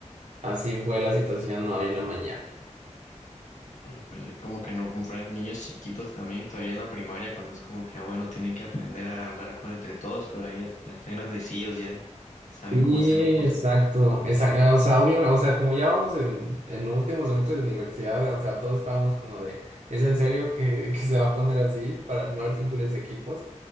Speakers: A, on the right (about 70°); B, on the left (about 75°).
A: así fue la situación hoy en la mañana.
B: eh, Pues eh, como que no compran niños chiquitos también, todavía en la primaria, cuando es como que, ah, bueno, tienen que aprender a hablar con entre todos, pero ahí ya, ya están grandecillos, ya saben
A: Sí,
B: cómo hacerlo por
A: exacto,
B: su
A: exacto, o sea, obviamente, o sea, como ya vamos en, en los últimos semestres de universidad, o sea, todos estábamos como de, ¿es en serio que, que se va a poner así para armar simples equipos?